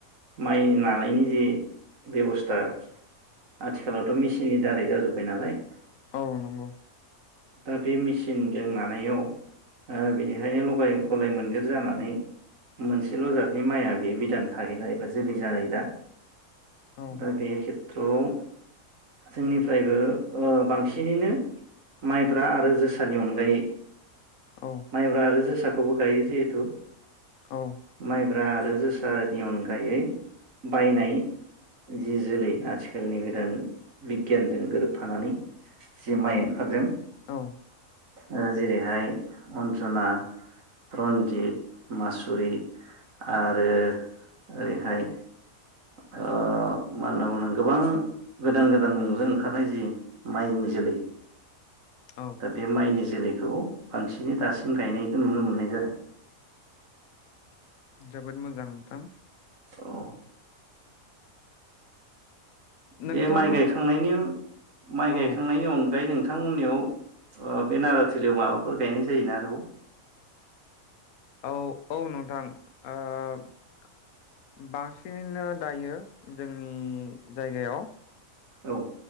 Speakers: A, on the right; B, on the left.
A: माइ लानायनि जे बेबस्था आथिखालावथ मेचिननि दारै जाजोब्बाय नालाय
B: औ नंगौ
A: दा बे मेचिनजों नानायाव ओ बिदिहायनो लगाय गलाय मोनदेर जानानै मोनसेल जादनि माइआ बे बिदान थाहैला एबा जोलै जाहैला।
B: औ
A: दा बे खेब थ्रवाव जोंनिफ्रायबो ओ बांसिनैनो माइब्रा आरो जोसानि अनगायै
B: औ
A: माइब्रा आरो जो साखौबो गायो जिहेथु
B: औ
A: माइब्रा आरो जोसानि अनगायै बायनाय जि जोलै आथि खालनि गोदान बिगियानजों गोरोबफानानै जि माइ ओंखारदों
B: औ
A: ओ जेरैहाय अन्जना, रन्जित, मासुरि आरो ओरैहाय ओ मा होनना बुंदों गोबां गोदान गोदान मुंजों ओंखारनाय जि माइनि जोलै
B: औ
A: दा बे माइनि जोलै खौ बांसिनै दासिम गायनायखौ नुनो मोन्नाय जादों।
B: जोबोद मोजां नोंथां
A: औ
B: नोंथां
A: बे माइ गायखांनायनि माइ गायखांनायनि
B: औ
A: अनगायै नोंथां बिथांमोननियाव बे नाराथलियाव माबाफोर गायनाय जायोना आरोबाव?
B: औ औ नोंथां ओ बांसिनैनो दायो जोंनि जायगायाव
A: औ